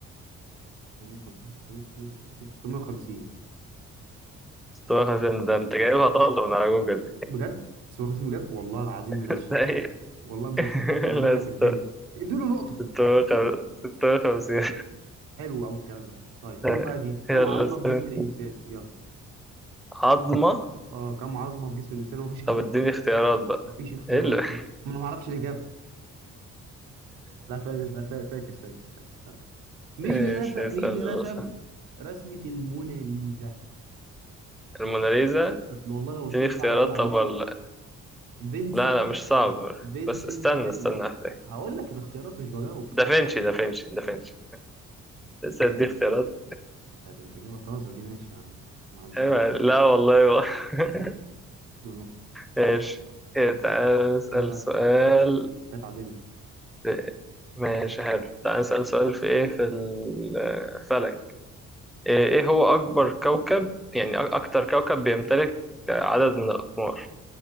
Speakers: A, on the right; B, in the centre.
A: 15 15 16 650
B: 650 ده انت جايبها طازة من على جوجل دي.
A: بجد 650 بجد والله العظيم
B: <laughs>
A: منش
B: طيب
A: والله من
B: لا
A: الشيطان ربنا بيحبني
B: است-
A: اديله نقطة
B: 650 650
A: حلو أوي الكلام ده طيب
B: <laughs>
A: خد بقى دي كم
B: يلا
A: عظمة
B: استنى
A: في جسم الإنسان يلا
B: عظمة
A: اه كم عظمة في جسم الإنسان مفيش اختيارات
B: طب اديني اختيارات بقى
A: مفيش اختيارات
B: ايه اللي <laughs>
A: ما أنا معرفش الإجابة لا فاكس لا فا- فاكس فاكس فاكس استنى مين
B: ايش
A: اللي رسم
B: اسأل
A: مين اللي
B: يلا.
A: رسم
B: صح.
A: رسمة الموناليزا
B: الموناليزا
A: هت- والله لو قلت
B: اديني
A: لي
B: اختيارات
A: صعب رد عن
B: طب
A: منك
B: ولا
A: فينسنت
B: لا لا مش صعب
A: فينسنت
B: بس استنى
A: فين
B: استنى احتاج
A: هقول لك الاختيارات مش بجاوب
B: دافنشي دافنشي دافنشي لسه ادي اختيارات
A: طب انت جايبها طازة دي ماشي يا عم معدها
B: ايوه لا والله بقى. <laughs>
A: اديله نقطة
B: ماشي إيه،
A: كده
B: تعال
A: تعادل
B: نسأل
A: كده تعادل
B: سؤال
A: كده تعادلنا
B: في- ماشي حلو تعال نسأل سؤال في ايه في الفلك ايه إيه هو اكبر كوكب يعني أك- اكتر كوكب بيمتلك عدد من الاقمار